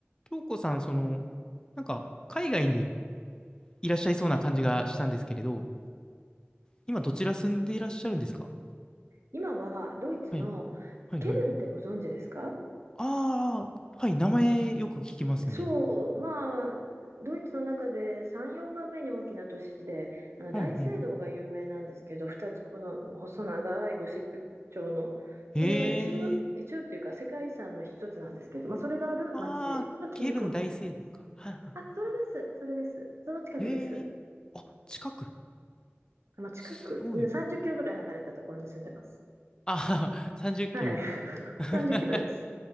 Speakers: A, on the left; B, on the right.
A: 京子さん、その、なんか、海外にいらっしゃいそうな感じがしたんですけれど、今どちら住んでいらっしゃるんですか
B: 今はドイツの
A: はい、はい、
B: ケルンってご存知ですか
A: はい。ああ、はい、名前よく聞きますね。
B: そう、まあ、ドイツの中で3、4番目に大きな都市で、あの大聖堂が有名なんですけど、
A: うん、うん。
B: 2つこの細長いゴシック調の、
A: へえ、
B: それは一応、一応というか世界遺産の一つなんですけど、まあ、それがある町の近郊に住んでます。
A: ああ、ケルン大聖堂か。はい、は
B: あ、それです、それです。その近くです。
A: い。へえ、あ、近く。
B: まあ、近く、
A: すごい。
B: ね30キロぐらい離れたところに住んでます。
A: ああ、30キロ。
B: はい。<laughs>
A: <laughs>
B: 30キロです。